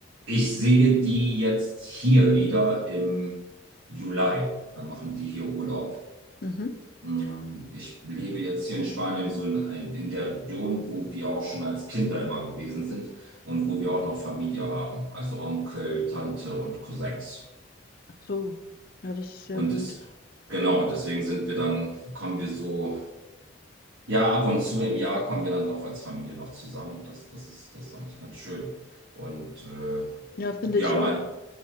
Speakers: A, on the right; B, on the left.
A: ich sehe die jetzt hier wieder im Juli. Dann machen die hier Urlaub.
B: Mhm.
A: Ähm, Ich lebe jetzt hier in Spanien, so in, ein- in der Region, wo wir auch schon als Kinder immer gewesen sind und wo wir auch noch Familie haben, also Onkel, Tante und Cousins.
B: Ach So, ja, das ist sehr
A: Und
B: gut.
A: ist, genau, und deswegen sind wir dann, kommen wir so, ja, ab und zu im Jahr kommen wir dann doch als Familie noch zusammen und das, das ist, das ist eigentlich ganz schön. Und äh,
B: Ja, finde
A: ja,
B: ich auch.
A: mal,